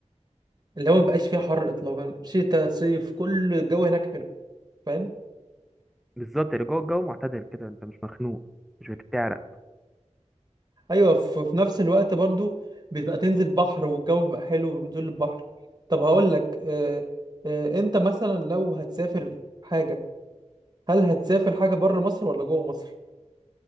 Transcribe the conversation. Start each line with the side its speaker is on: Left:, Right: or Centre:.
Right: اللي هو ما بقاش فيها حر اطلاقا شتاء صيف كل الجو هناك حلو فاهم
Centre: بالظبط يعني جوه الجو معتدل كده انت مش مخنوق مش بتعرق
Right: ايوه في في نفس الوقت برضو بتبقى تنزل بحر والجو بيبقى حلو بنزول البحر طب هقول لك آه آه انت مثلا لو هتسافر حاجه هل هتسافر حاجه بره مصر ولا جوه مصر